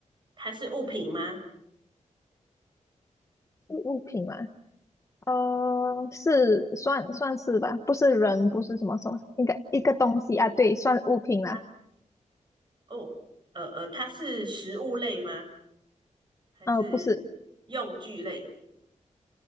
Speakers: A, on the right; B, on the left.
A: 它是物品吗？
B: 是物品嘛？呃，是算算是吧，不是人，不是什么什么，应该一个东西啊，
A: 嗯，
B: 对，算物品啦。
A: 它哦，呃呃，它是食物类吗？还是用具类？
B: 呃，不是，